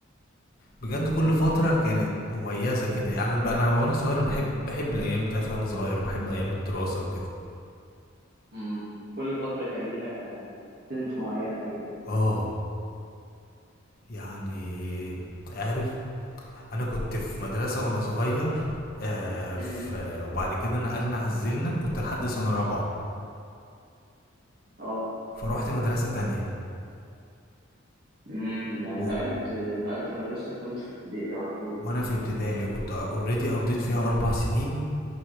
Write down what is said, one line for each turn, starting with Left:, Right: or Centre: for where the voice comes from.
Left: بجد كل فتره كانت مميزه كده يعني انا انا وانا صغير أنا بحب بحب الايام بتاعت وانا صغير وبحب ايام الدراسه وكده
Right: امم كل فتره كان ليها سنت معينه كده
Left: اه يعني عارف انا كنت في مدرسه وانا صغير آه ف...
Right: امم
Left: وبعد كده نقلنا عزلنا كنت لحد سنه رابعه
Right: اه
Left: فروحت مدرسه تانية
Right: امم يعني
Left: وب-
Right: نقلت نقلت مدرستك وانت في ابتدائي على طول
Left: وانا في ابتدائي وكنت اوريدي قضيت فيها اربع سنين